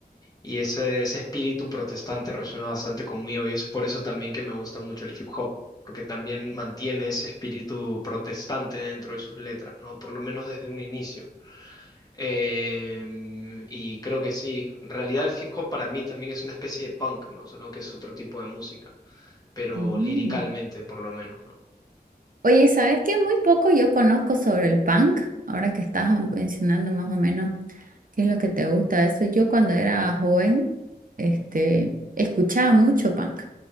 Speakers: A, on the left (about 20°); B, on the right (about 55°).
A: y ese, ese espíritu protestante resuena bastante conmigo y es por eso también que me gusta mucho el hip hop. porque también mantiene ese espíritu protestante dentro de sus letras, ¿no? Por lo menos desde un inicio. Eh, y creo que sí. En realidad el hip hop para mí también es una especie de punk, ¿no? Solo que es otro tipo de música, pero
B: Mm.
A: liricalmente por lo menos, ¿no?
B: Oye, ¿sabes qué? Muy poco yo conozco sobre el punk, ahora que estás ah, mencionando más o menos qué es lo que te gusta de eso. Yo cuando era joven, este, escuchaba mucho punk,